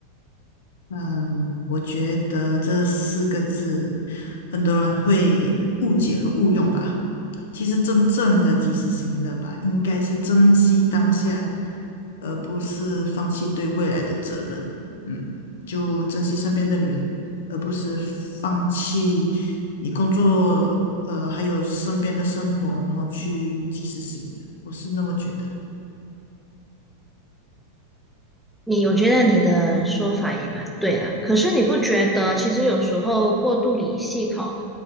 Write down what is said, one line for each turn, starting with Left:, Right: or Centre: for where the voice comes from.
Left: 嗯，我觉得这四个字很多人会误解和误用吧。其实真正的及时行乐吧，应该是珍惜当下，而不是放弃对未来的责任。嗯，就珍惜身边的人，而不是放弃你工作，呃，还有身边的生活，然后去及时行乐。我是那么觉得。
Centre: 你我觉得你的说法也蛮对啦，可是你不觉得其实有时候过度理性吼，